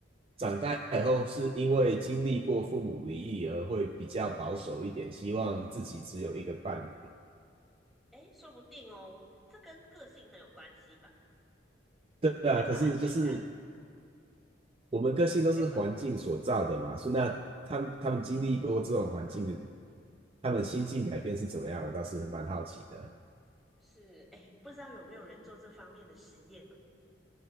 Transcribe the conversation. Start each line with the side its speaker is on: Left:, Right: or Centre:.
Right: 长大以后是因为经历过父母离异而会比较保守一点，希望自己只有一个伴侣？
Centre: 诶，说不定哦，这跟个性很有关系吧，就是缺乏安全感，
Right: 对啊，可是就是我们个性都是环境所造的嘛，
Centre: 缺乏，
Right: 所以那他们他们经历过这种环境的，他们心境改变是怎么样？
Centre: 嗯，
Right: 我倒是蛮好奇的。
Centre: 是，诶，不知道有没有人做这方面的实验哦？